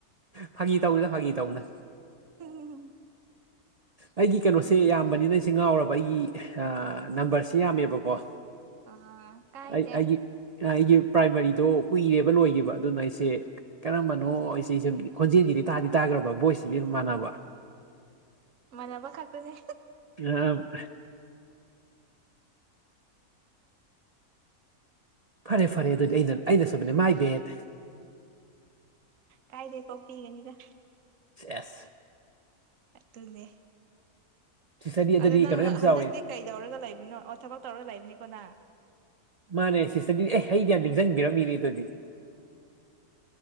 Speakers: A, on the right; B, on the right.
A: ꯐꯥꯒꯤ ꯇꯧꯅꯤꯗ ꯐꯥꯒꯤ ꯇꯧꯅ
B: ꯍꯝ
A: ꯑꯩꯒꯤ ꯀꯩꯅꯣꯁꯦ ꯌꯥꯝꯕꯅꯤꯅ ꯑꯩꯁꯦ ꯉꯥꯎꯔꯕ ꯑꯩꯒꯤ ꯅꯝꯕꯔꯁꯦ ꯌꯥꯝꯃꯦꯕꯀꯣ
B: ꯑ ꯀ
A: ꯑꯩ
B: ꯏꯗꯦ
A: ꯑꯩꯒꯤ ꯑꯩꯒꯤ ꯄ꯭ꯔꯥꯏꯃꯥꯔꯤꯗꯣ ꯀꯨꯏꯔꯦꯕ ꯂꯣꯏꯈꯤꯕꯕ ꯑꯗꯨꯅ ꯑꯩꯁꯦ ꯀꯔꯝꯕꯅꯣ ꯑꯩꯁꯦ ꯁ ꯈꯣꯟꯖꯦꯜꯁꯤ ꯇꯥꯗꯤ ꯇꯥꯈ꯭ꯔꯕ ꯕꯣꯏꯁꯤꯗꯤ ꯑꯗꯨ ꯃꯥꯟꯅꯕ
B: ꯃꯅꯕ ꯈꯥꯛꯇꯅꯦ
A: ꯑ ꯐꯔꯦ ꯐꯔꯦ ꯑꯗꯨꯗꯤ ꯑꯩꯅ ꯑꯩꯅ ꯁꯕꯅꯦ ꯃꯥꯏ ꯕꯦꯠ
B: ꯀꯥꯏꯗꯦ ꯀꯣꯛ ꯄꯤꯒꯅꯤꯗ
A: ꯑꯦꯁ
B: ꯇꯜꯃꯦ
A: ꯁꯤꯁꯇꯔꯗꯤ ꯑꯗꯨꯗꯤ
B: ꯑꯗꯨꯗ
A: ꯀꯩꯅꯣ
B: ꯅꯪ
A: ꯌꯥꯝ
B: ꯍꯟꯗꯛꯇꯤ
A: ꯆꯥꯎꯋꯦ
B: ꯀꯩꯗꯧꯔꯒ ꯂꯩꯕꯅꯣ ꯑꯣ ꯊꯕꯛ ꯇꯧꯔꯒ ꯂꯩꯕꯅꯤꯀꯣ ꯅ
A: ꯃꯥꯅꯦ ꯁꯤꯁꯇꯗꯤ ꯑꯦ ꯑꯩꯗꯤ ꯅꯤꯡꯁꯤꯡꯕꯤꯔꯝꯃꯤꯅꯦ ꯑꯗꯨꯗꯤ